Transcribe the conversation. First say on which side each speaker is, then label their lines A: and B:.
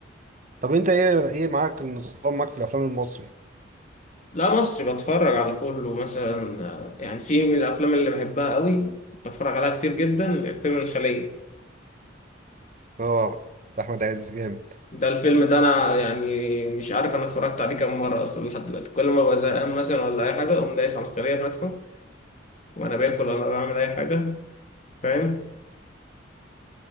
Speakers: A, on the right (about 40°); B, on the left (about 40°).
A: طب انت ايه ايه معاك النظام معاك في الافلام المصري
B: لا مصري بتفرج على كله مثلا آه، يعني في من الافلام اللي بحبها قوي بتفرج عليها كتير جدا فيلم الخلية
A: اه ده احمد عز جامد
B: ده الفيلم ده انا يعني مش عارف انا اتفرجت عليه كام مره اصلا لحد دلوقتي كل ما ببقى زهقان مثلا ولا اي حاجه اقوم دايس على الخلية فاتحه وانا باكل ولا بعمل اي حاجه فاهم